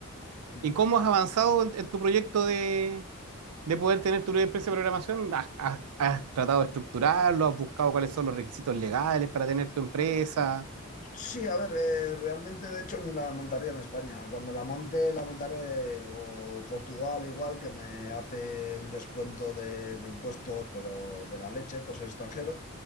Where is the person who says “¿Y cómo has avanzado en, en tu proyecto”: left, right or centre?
Right